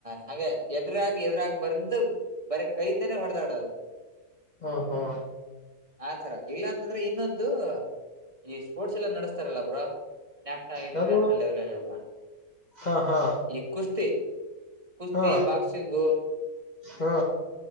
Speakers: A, on the right; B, on the left.
A: ಹಾಗೆ ಎದ್ರಾಗಿ ಎದ್ರಾಗಿ ಬಂದು ಬರ ಕೈಯಿಂದನೆೇ ಹೊಡೆದಾಡೋದು
B: ಹ ಹಾ
A: ಆತರ ಇಲ್ಲಾ ಅಂತಂದ್ರೆ ಇನ್ನೊಂದು ಈ ಸ್ಪೋರ್ಟ್ಸ್ ಎಲ್ಲಾ ನಡೆಸ್ತಾರಲ್ಲ ಬು್ರ ನ್ಯಾಷನಲ್ ಇಂಟರ್ನ್ಯಾಷನಲ್
B: ಯಾವ್ದು
A: ಲೆವೆಲ್ಲ್ಲಿ ಎಲ್ಲ
B: ಹಾ ಹಾ
A: ಈ ಕುಸ್ತಿ ಕುಸ್ತಿ
B: ಹಾ
A: ಬಾಕ್ಸಿಂಗು
B: ಹಾ